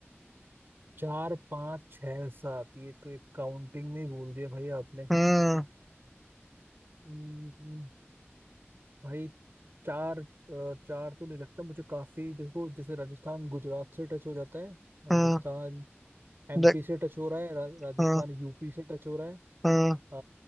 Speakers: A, on the right (about 55°); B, in the centre.
A: चार पाँच छः सात ये तो एक काउंटिंग में ही बोल दिया भाई आपने
B: हम्म
A: हम्म, भाई चार अ, चार तो नहीं लगता मुझे काफी जैसे जैसे राजस्थान गुजरात से टच हो जाता है राजस्थान
B: हम्म
A: एमपी
B: देख
A: से टच हो रहा है रा, राजस्थान
B: हम्म
A: यूपी से टच हो रहा है
B: हम्म
A: अ,